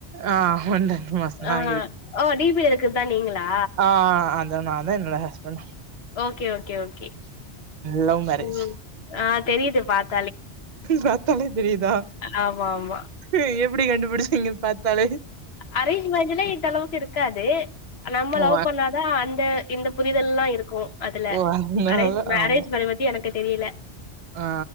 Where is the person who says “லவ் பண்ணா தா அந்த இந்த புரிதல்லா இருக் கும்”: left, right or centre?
Left